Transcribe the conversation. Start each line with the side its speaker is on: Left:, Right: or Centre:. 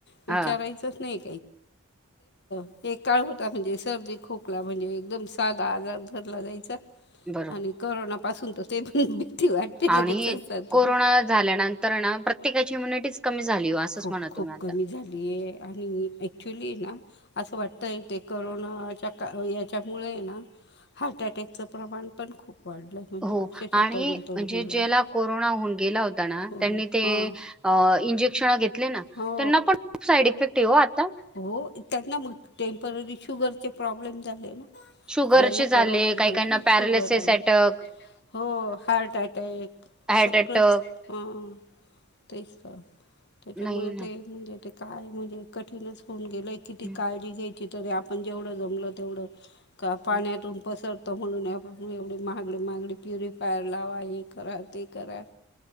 Left: विचारायचंच
Centre: हा
Left: नाही. <unintelligible> एक काळ होता म्हणजे सर्दी खोकला म्हणजे एकदम साधा आजार धरला जायचा.
Centre: बरोबर
Left: आणि करोना पासून तर ते पण.. भीती वाटते लगेचच
Centre: आणि
Left: सर्दी
Centre: कोरोना
Left: खोकला
Centre: झाल्यानंतर प्रत्येकाची इम्युनिटीचं कमी... झाली हो असंच
Left: खूप
Centre: म्हणा
Left: खूप
Centre: तुम्ही आता.
Left: कमी झालीय आणि ऍक्च्युली हाय ना... असं वाटतय ते करोनाच्या का याच्यामुळे ना.. हार्ट अटॅकचं प्रमाण पण खूप <unintelligible>
Centre: हो आणि
Left: तरुण तरुण
Centre: म्हणजे
Left: मुलांनी
Centre: ज्याला कोरोना होऊन गेला होता ना,
Left: हो
Centre: त्यांनी तें
Left: हां
Centre: इंजेकशन घेतली घेतली ना
Left: हो
Centre: त्यांना पन खूप साईड इफेक्ट हाय ओ.
Left: हो त्यां ना मग टेम्पररी शुगरचे प्रॉब्लेम झाले.
Centre: शुगरचे
Left: ज्यांना
Centre: झाले
Left: करोना
Centre: काही काहीना
Left: ना शुगर
Centre: पॅरालिसिस
Left: आले
Centre: अटक...
Left: हो हार्ट अटॅक
Centre: हार्ट
Left: सगळंच
Centre: अटॅक
Left: ह तेच. त्याच्यामुळे
Centre: नाही ना.
Left: ते म्हणजे ते काय म्हणजे कठीणच होऊन गेलंय किती
Centre: हं,
Left: काळजी घ्यायची की तरी आपण जेवढं जमलं तेवढं का पाण्यातून
Centre: हं.
Left: पसरत.. म्हणून आपण एवढी मागडी मागडी प्युरिफायर लावा हे करा ते करा.